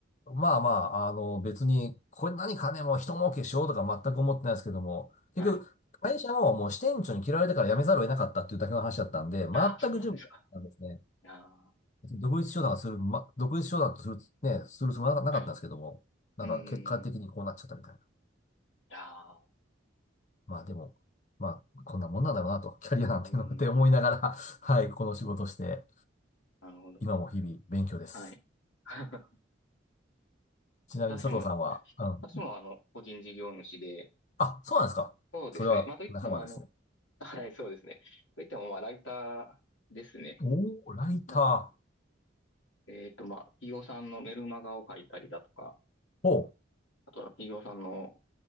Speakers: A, on the left; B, on the left.
A: まあまあ、あの、別に、これ何かね、もう一儲けしようとか全く思ってないですけども、結局、
B: はい。
A: 会社ももう支店長に嫌われたから辞めざるを得なかったっていうだけの話だったんで、全く準備なかったんですね。
B: ああ、そうなんですか。いやー、
A: 独立商談がする、ま、独立商談とする、ね、するつもりはなかったんですけども、
B: はい。
A: なんか結果的にこうなっちゃったみたいな。
B: うん。いやー、
A: まあでも、まあ、こんなもんなんだろうなと、キャリアなんていうのって思いながら、
B: うん。
A: <laughs> はい、この仕事をして、
B: なるほど。
A: 今も日々勉強です。
B: はい。<laughs>
A: ちなみに佐藤さんは、
B: 私も、
A: あの、
B: 私もあの、個人事業主で、
A: あ、そうなんですか。
B: そうですね。
A: それは仲間ですね。
B: まあ、といっても、あの、<laughs> はい、そうですね。といっても、まあ、ライターですね。
A: おー、ライター。
B: なんか、えっと、まあ、企業さんのメルマガを書いたりだとか、
A: ほ
B: あとは企業さんの、